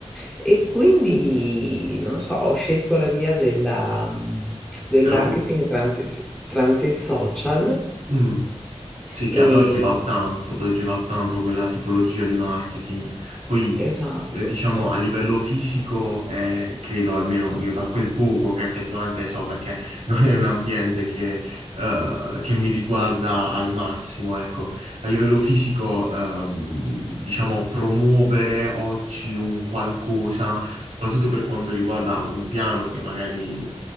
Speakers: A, in the centre; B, on the right (about 75°).
A: E quindi, non lo so, ho scelto la via della- del
B: Te
A: marketing
B: la pu-
A: tramite, tramite i social
B: Mm. Sì, che
A: e
B: ad oggi va tanto, ad oggi va tanto quella tipologia di marketing. Poi
A: esatto,
B: eh, diciamo, a livello fisico, eh, credo almeno io da quel poco che effettivamente so, perché <laughs> non è un ambiente che, eh, che mi riguarda al massimo, ecco. A livello fisico, ehm, diciamo, promuovere oggi un qualcosa, soprattutto per quanto riguarda un piano che magari, eh,